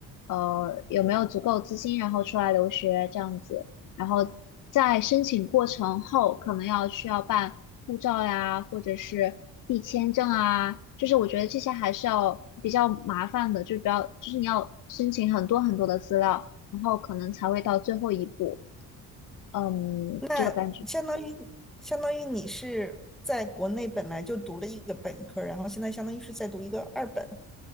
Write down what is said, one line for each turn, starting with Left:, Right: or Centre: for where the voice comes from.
Left: 呃，有没有足够资金，然后出来留学这样子。然后在申请过程后，可能要需要办护照呀，或者是递签证啊，就是我觉得这些还是要比较麻烦的，就是比较，就是你要申请很多很多的资料，然后可能才会到最后一步。嗯，
Centre: 那相当于相当于你是在国内本来就读了一个本科，
Left: 就感觉。
Centre: 然后现在相当于是在读一个二本，